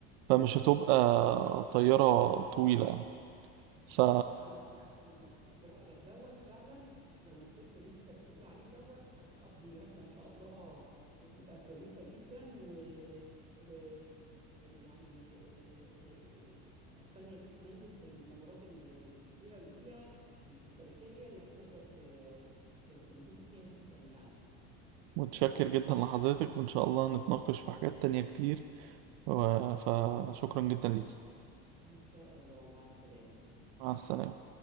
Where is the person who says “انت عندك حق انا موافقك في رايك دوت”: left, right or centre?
Right